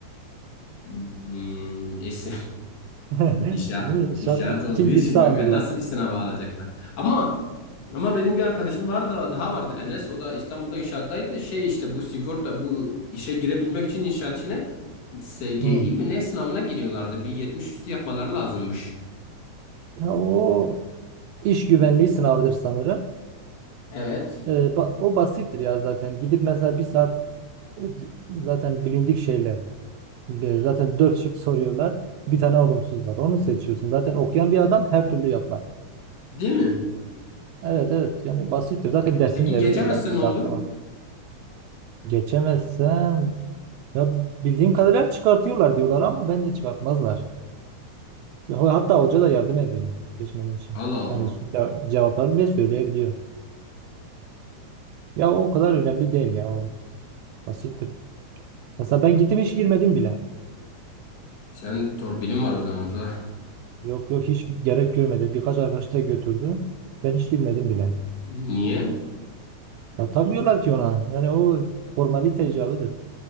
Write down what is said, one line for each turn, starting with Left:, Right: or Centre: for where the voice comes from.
Left: Hmm, es-
Right: <laughs>
Left: İnşaat,
Right: Değil mi? Şarttır.
Left: inşaat olduğu
Right: Kim
Left: için
Right: gitse
Left: kanka
Right: alırlar.
Left: nasıl bir sınava alacaklar? Ama ama benim bir arkadaşım vardı daha vardı Enes o da İstanbul'da inşaattaydı. Şey işte bu sigorta bu işe girebilmek için inşaat işine SGI
Right: Hı.
Left: mi ne sınavına giriyorlardı. Bir 70 üstü yapmaları lazımmış.
Right: Ya o iş güvenliği sınavıdır sanırım.
Left: Evet.
Right: Ee, ba- o basittir ya zaten. Gidip mesela bir saat e, zaten bilindik şeyle e, zaten dört şık soruyorlar. Bir tane olumsuz var. Onu seçiyorsun. Zaten okuyan bir adam her türlü yapar.
Left: Değil mi?
Right: Evet evet yani basittir. Zaten dersini
Left: Peki
Right: de
Left: geçemezse
Right: veriyorlar bir saat
Left: ne olur?
Right: falan. Geçemezsem ya bildiğim kadarıyla çıkartıyorlar diyorlar ama bence çıkartmazlar. Ya Hatta hoca da yardım ediyor geçmenin için.
Left: Allah Allah.
Right: Yani ce- cevapları bile söyleyebiliyor. Ya o kadar önemli değil ya o basittir. Mesela ben gittim hiç girmedim bile.
Left: Sen torpilin var o zaman Zuhal.
Right: Yok yok hiç gerek görmedi. Birkaç arkadaş da götürdü. Ben hiç girmedim bile.
Left: Niye?
Right: Ya takmıyorlar ki ona. Yani o formalite icabıdır.